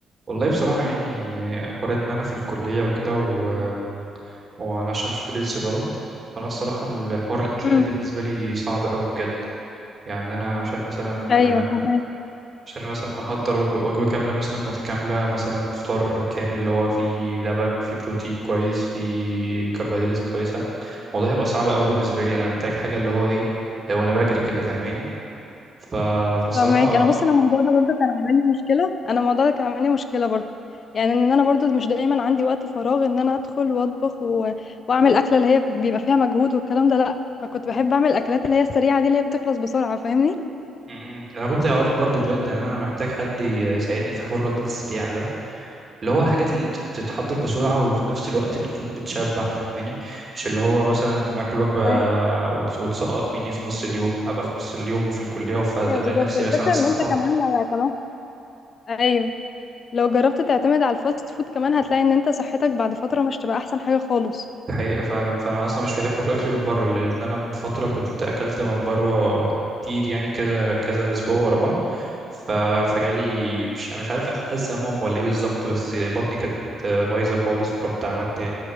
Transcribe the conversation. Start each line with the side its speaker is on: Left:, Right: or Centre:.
Right: والله بصراحة يعني حوار إن أنا في الكلية وكده و- وأنا عشان في كلية صيدلة فأنا الصراحة الحوار الأكل
Left: امم
Right: ده بالنسبة لي صعب أوي بجد يعني أنا عشان مثلا
Left: ايوه فهمك
Right: عشان مثلا أحضر وجبة وجبة كاملة مثلا متكاملة مثلا فطار كامل اللي هو فيه لبن فيه بروتين كويس فيه كربوهيدرات كويسة الموضوع هيبقى صعب أوي بالنسبة لي أنا محتاج حاجة اللي هو إيه وأنا بجري كده فاهماني ف... فالصراحة
Left: فهمك انا بص انا الموضوع ده برضه كان عامل لي مشكله انا الموضوع ده كان عامل لي مشكله برضه يعني ان انا برضه مش دايما عندي وقت فراغ ان انا ادخل واطبخ و... واعمل اكله اللي هي بيبقى فيها مجهود والكلام ده لا فكنت بحب اعمل الاكلات اللي هي السريعه دي اللي هي بتخلص بسرعه فاهمني
Right: م- م. أنا كنت هقولك برضو بجد إن أنا محتاج حد يساعدني في حوار الوجبات السريعة ده اللي هو الحاجات اللي تت- تتحضر بسرعة وفي نفس الوقت تكون بتشبع فهماني مش اللي هو مثلا آكل وجبة
Left: فهمك
Right: وتس- وتسقط مني في نص اليوم أبقى في نص اليوم وفي الكلية فألاقي
Left: ايوه بالظبط
Right: نفسي
Left: والفكره
Right: مثلا سقطت
Left: ان انت كمان لو اعتمدت ايوه لو جربت تعتمد على الفاست فود كمان هتلاقي ان انت صحتك بعد فتره مش تبقى احسن حاجه خالص
Right: دي حقيقة فعلا فأنا أصلا مش بحب أكل أكل من بره لأن أنا من فترة كنت أكلت من بره كتير يعني كذا كذا أسبوع ورا بعض ف... فجالي مش مش عارف أكل حاسس أمم ولا إيه بالظبط بس بطني كانت بايظة خالص رحت عملت